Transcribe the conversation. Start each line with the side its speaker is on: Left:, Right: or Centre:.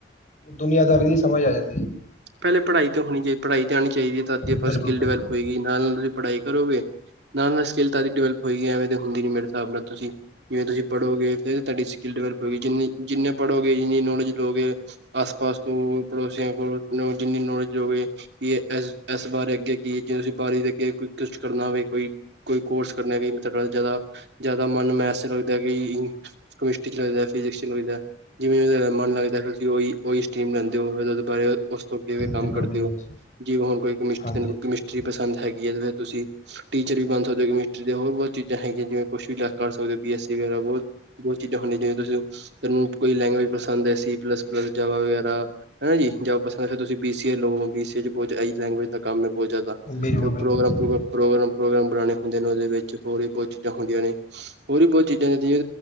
Left: ਦੁਨੀਆਂ ਦਾਰ
Right: ਹਮ
Left: ਦੀ ਸਮਝ ਆ ਜਾਂਦੀ ਹੈ
Right: ਪਹਿਲੇ ਪੜ੍ਹਾਈ ਤੇ ਹੋਣੀ ਚਾਹੀ ਪੜ੍ਹਾਈ ਤੇ ਆਣੀ ਚਾਹੀਦੀ ਹੈ ਤਦੀ ਆਪਾਂ
Left: ਬਿਲਕੁਲ
Right: ਸਕਿੱਲ
Left: ਬਿਲਕੁਲ
Right: ਡਿਵੈਲਪ ਹੋਏਗੀ ਨਾਲ ਤੁਸੀਂ ਪੜ੍ਹਾਈ ਕਰੋਗੇ ਨ ਸਕੇਲ ਤਾਂ ਦੀ ਡਿਵਲ ਹੋਏਗੀ ਐਵੇਂ ਤੇ ਹੁੰਦੀ ਨੀ ਮੇਰੇ ਹਿਸਾਬ ਨਾਲ ਤੁਸੀਂ ਜਿਵੇ ਤੁਸੀਂ ਪੜ੍ਹੋਗੇ ਫਰ ਤੁਹਾਡੀ ਸਕਿੱਲ ਡਿਵੈਲਪ ਹੋਏਗੀ ਜਿੰ ਜਿੰਨ ਪੜੋਗੇ ਜ ਨੋੜ ਗੇ ਆਸ ਪਾਸ ਤੋਂ ਪੜੋਸੀਆਂ ਕੋਲ ਜਿੰਨੀ ਨੌਲੇਜ ਹੋ ਗ ਇਹ ਇਸ ਇਸ ਬਾਰੇ ਅੱਗੇ ਕੀ ਜੇ ਤੁਸੀਂ ਬਾਰੀ ਦੇ ਅੱਗੇ ਕੋਈ ਕੁਛ ਕਰਨਾ ਹੋਵੇ ਕੋਈ ਕੋਈ ਕੋਰਸ ਕਰ ਜਿਆਦਾ ਜਿਆਦਾ ਮਨ ਨੂੰ ਮੈਸੇ ਲੱਗਦਾ ਕਿ ਕੈਮਿਸਟਰੀ ਚ ਲੱਗਦਾ ਫਿਜਿਕਸ ਚ ਲੱਗਦਾ ਜਿਵੇਂ ਜਿ ਮਨ ਲੱਗਦਾਹੀ ਉਹੀ ਸਟੀਮ ਲੈਂਦੇ ਹੋ ਬਾਰੇ ਉਸ ਤੋਂ ਅੱਗੇਂ ਕੰਮ
Left: ਬਿਲਕੁਲ
Right: ਕਰਦੇ
Left: ਬਿਲਕੁਲ
Right: ਹੋ ਜੀ ਹੁਣ ਕੋਈ ਕਮਿਸਟਰੀ
Left: ਹਾਂਜੀ
Right: ਤੈੂੰ
Left: ਹਾਂਜੀ,
Right: ਕਮਿਸਟਰੀ ਪਸੰਦ ਹੈਗੀ ਹੈ ਤੁਸੀਂ ਟੀਚਰ ਵੀ ਬਣ ਸਕਦੇ ਹੋ ਕਮਿਸਟਰੀ ਦੇ ਹੋਰ ਬਹੁਤ ਚੀਜ਼ਾਂ ਹੈਗੀਆਂ ਜਿਵੇਂ ਕੁਛ ਵੀ ਕਰ ਸਕਦੇ ਹੋ ਬੀ ਐੱਸ ਸੀ ਵਗੈਰਾ ਬਹੁਤ ਬਹੁਤ ਚੀਜ਼ਾਂ ਹੁੰਦੀਆਂ ਜਿਵੇਂ ਤੁਸੀਂ ਤੁੂੰ ਕੋਈ ਲ ਵੀ ਪਸੰਦ ਹੈ ਸੀ ਪਲੱਸ ਜਗਾ ਵਗੈਰਾ ਹੈਾ ਜੀ ਜਗਬ ਪਸੰਦ ਫਿਰ ਤੁਸੀ ਬੀ ਸੀ ਏ ਲਓ ਬੀ ਸੀ ਏ ਚ ਬਹੁਤ ਇਹੀ ਲੈਂਗੁਏਜ ਦਾ ਕੰਮ ਹੈ ਹੋਹੁਤ ਜ਼ਿਆਦਾ
Left: ਬਿਲਕੁਲ
Right: ਫ ਪ੍ਰੋਗਰਾਮੋਗਰਾ
Left: ਬਿਲਕੁਲ
Right: ਪ੍ਰੋਗਰਾਮ ਪ੍ਰੋਗਰਾਮ ਬਣਾਉਣੇ ਹੁੰਦੇ ਨੇ ਉਹਦੇ ਵਿੱਚ ਹੋਰ ਵੀ ਬਹੁਤ ਚੀਜ਼ਾਂ ਹੁੰਦੀਆਂ ਨੇ ਹੋਰ ਵੀ ਬਹੁਤ ਚੀਜ਼ਾਂ ਜਦੀਿ